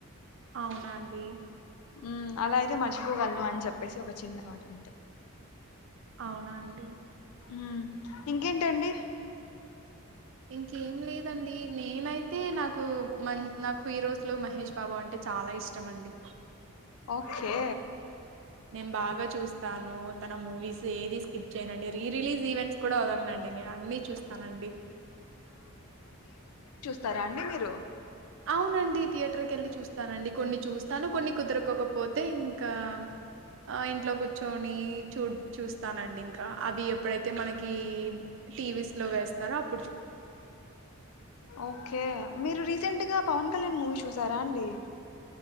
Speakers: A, on the right; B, on the left.
A: అవునండి
B: మ్మ్ అలా అయితే మర్చిపోగలను అని చెప్పేసి ఒక చిన్న థాట్ అంతే
A: అవునా అండి
B: మ్మ్ ఇంకేంటండి
A: ఇంకేం లేదండి నేనైతే నాకు మ నాకు హీరోస్లో మహేష్ బాబు అంటే చాలా ఇష్టం అండి
B: ఓకే
A: నేను బాగా చూస్తాను తన మూవీస్ ఏది స్కిప్ చేయనండి రీ రిలీజ్ ఈవెంట్స్ కూడా వదలనండి నేను అన్ని చూస్తానండి
B: తరా అండి మీరు
A: అవునండి థియేటర్కి వెళ్ళి చూస్తానండి కొన్ని చూస్తాను కొన్ని కుదురకకోపోతే ఇంకా ఆ ఇంట్లో కూర్చొని చూ చూస్ స్తానండి ఇంకా అవి ఎప్పుడైతే మన క టీవీస్ లో వేస్తారో అప్
B: ఓకే మీరు రీసెంట్ గా పవన్ కళ్యాణ్ మూవీ చూసారా అండి